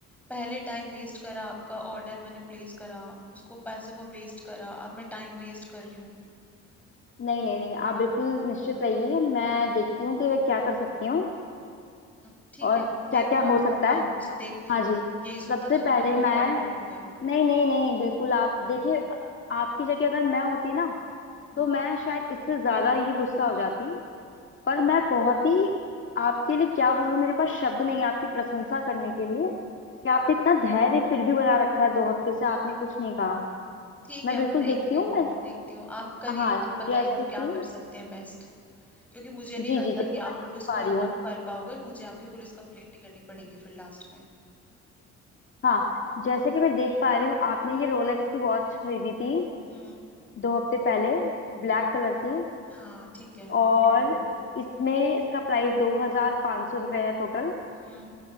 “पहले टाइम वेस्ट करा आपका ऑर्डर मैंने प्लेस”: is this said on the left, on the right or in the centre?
Centre